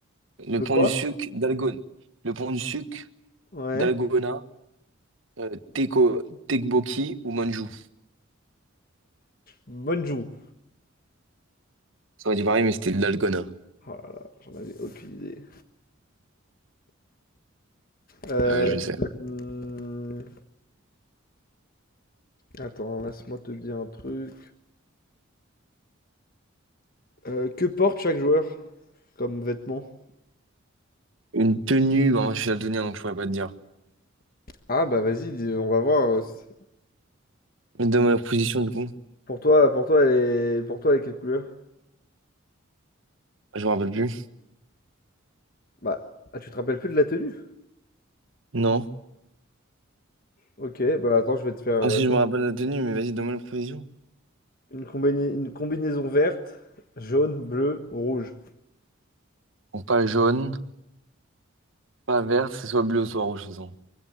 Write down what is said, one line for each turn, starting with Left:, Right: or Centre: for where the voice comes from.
Right: Le
Left: Le
Right: pont
Left: quoi?
Right: du sucre d'Algone. Le pont du sucre
Left: Ouais.
Right: d'Algona. euh, Teko, Tekboki ou Manjou.
Left: Bonjou.
Right: Ça aurait dit pareil, mais c'était de l'Algona.
Left: Oh là là, j'en avais aucune idée. Euh,
Right: Euh, je sais.
Left: hum, attends, laisse-moi te dire un truc. Euh, que porte chaque joueur comme vêtement?
Right: Une tenue. Bon, moi, je suis daltonien, donc je pourrais pas te dire.
Left: Ah bah vas-y, dis- on va voir. euh, c'est-
Right: Mais donne-moi la position, du coup.
Left: Pour toi, pour toi, elle est, pour toi, elle est quelle couleur?
Right: Je me rappelle plus.
Left: Bah, ah, tu te rappelles plus de la tenue?
Right: Non.
Left: Ok, bah attends, je vais te faire euh,
Right: Ah si, je me rappelle la tenue, mais vas-y, donne-moi les provisions.
Left: une combini- une combinaison verte, jaune, bleu, rouge.
Right: Bon, pas jaune, pas verte, c'est soit bleu ou soit rouge, de toute façon.